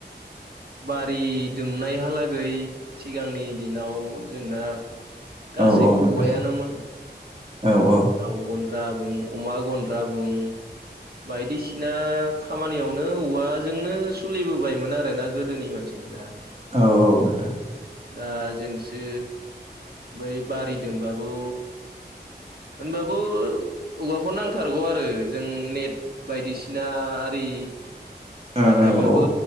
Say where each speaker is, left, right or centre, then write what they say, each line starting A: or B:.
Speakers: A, on the right; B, on the right.
A: बारि दुमनायहालागै सिगांनि दिनाव जोंना गासैबो
B: औ औ नोंथां
A: औवायानोमोन।
B: औ औ
A: दाउ गन्द्रा बुं अमा गन्द्रा बुं बायदिसिना खामानियावनो औवाजोंनो सोलिबोबायमोन आरोना गोदोनि मानसिफ्रा।
B: औ औ नोंथां
A: दा जोंसो बै बारि दोंबाबो होनबाबो औवाखौ नांथारगौ आरो जों नेट बायदिसिना आरि
B: ओं
A: बाहायबाबो
B: औ औ